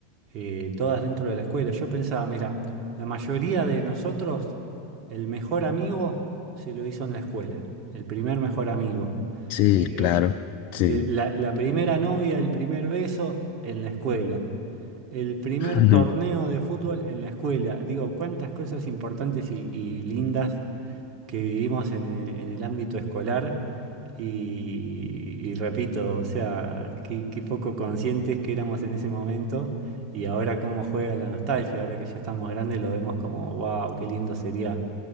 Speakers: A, on the right; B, on the left.
A: eh, todas dentro de la escuela. Yo pensaba, mira, la mayoría de nosotros, el mejor amigo se lo hizo en la escuela, el primer mejor amigo.
B: Sí,
A: Eh,
B: claro, sí.
A: eh, la, la primera novia, el primer beso en la escuela. El primer
B: <laughs>
A: torneo de fútbol en la escuela. Digo, cuántas cosas importantes y, y lindas que vivimos en el, en el ámbito escolar. Y, y repito, o sea, qué, qué poco conscientes que éramos en ese momento. Y ahora cómo juega la nostalgia, ahora que ya estamos grandes lo vemos como, wow, qué lindo sería